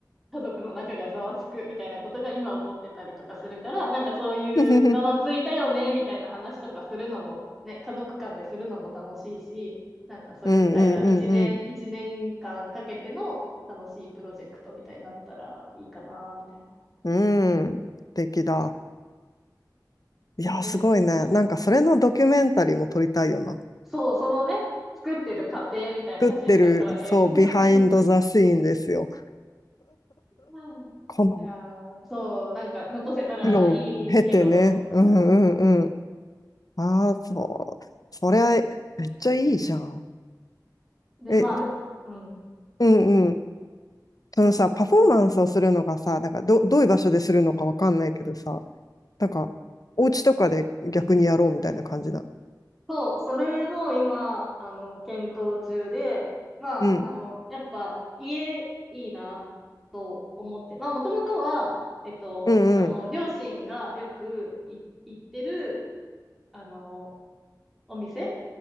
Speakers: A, in the centre; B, on the left.
A: 家族の中がざわつくみたいなことが今起こってたりとかするから、なんかそういうざわついたよねみたいな話とかするのも、
B: うん
A: ね、家族間でするのも楽しいし、なんかそれ自体が一年、
B: うんうん
A: 一年間かけての楽しいプロジェクトみたいになったらいいかな、みたいな。
B: うん。うん。素敵だ。いや、
A: え
B: すごいね。なんかそれのドキュメンタリーも撮りたいよな。
A: そう、そのね、作ってる過程みたいな写真とか映像とかね。
B: 作ってる、そう、ビハインドザシーンですよ。
A: うんいや
B: この
A: ー、そう、なんか残せたらいいけど、
B: 苦労を経てね。うんうんうんああ、そう。それはめっちゃいいじゃん。
A: で、
B: え、
A: まあ、うつ、うん。
B: うんうん。そのさ、パフォーマンスをするのがさ、なんかど、どういう場所でするのかわかんないけどさ、なんか、お家とかで逆にやろうみたいな感じなの。
A: そう、それも今、あの、検討中で、まあ、
B: うん。
A: あの、やっぱ家いいなと思って、まあ、もともとは、えっと、
B: うんうん。
A: その、両親がよくい行ってる、あの、お店